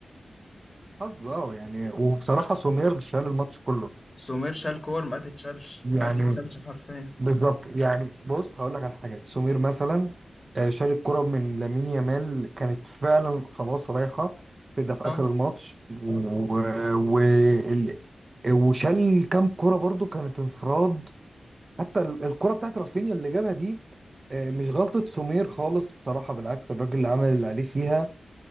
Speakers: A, on the right; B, on the left.
A: حظ اه يعني وبصراحه سومير شال الماتش كله
B: سومير شال كور ما تتشالش
A: يعني
B: ما تتشالش حرفيا
A: بالظبط يعني بص هقول لك على حاجه سمير مثلا آه، شال الكره من لامين يامال كانت فعلا خلاص رايحه في ده في
B: اه
A: اخر الماتش و... و... ال- وشال كام كره برضو كانت انفراد حتى ال- الكره بتاعت رافينيا اللي جابها دي آه، مش غلطه سمير خالص بصراحه بالعكس الراجل اللي عمل اللي عليه فيها